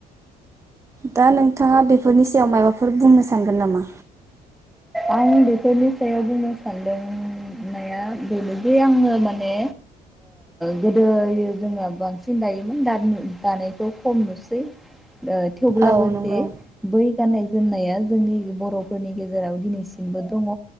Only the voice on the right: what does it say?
दा नोंथाङा बेफोरनि सायाव माबाफोर बुंनो सानगोन नामा?
औ नंगौ